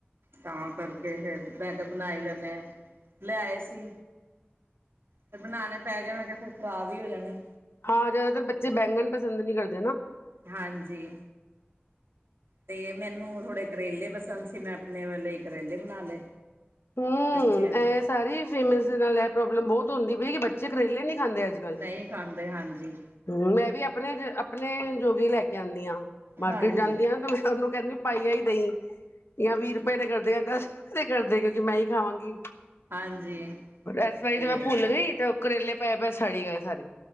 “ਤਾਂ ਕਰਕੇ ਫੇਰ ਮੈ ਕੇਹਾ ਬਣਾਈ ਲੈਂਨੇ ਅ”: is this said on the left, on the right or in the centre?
Right